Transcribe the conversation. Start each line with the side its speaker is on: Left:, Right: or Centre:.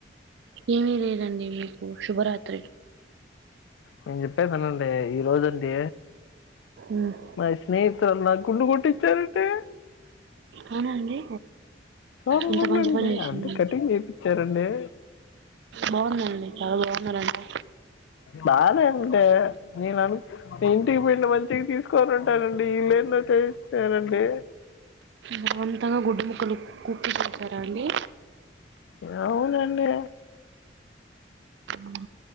Right: ఏమీ లేదండి మీకు శుభరాత్రిలు.
Left: నీన్ జేప్పేదా అన్నన్ అంటే ఈ రోజండి
Right: ఉమ్,
Left: మా స్నేహితురాలు నా గుండు కొట్టిచ్చారండి.
Right: అవునండే
Left: సగం
Right: ఇంత
Left: గుండండి
Right: మంచి పని చేసిందడి
Left: అంటే కటింగ్ చేపిచ్చారండి
Right: బావుందండి చాలా బావున్నారంటా.
Left: బానే ఉండే నేను అన్ ఇంటికి బోయినా మంచిగా దిసుకొన్ ఉంటానండి వీళ్ళు ఏదో చేస్తనండి
Right: బలవంతంగా గుడ్డు ముక్కలు కుక్ జేసారండి.
Left: ఇగా అవునడే
Right: ఉహ్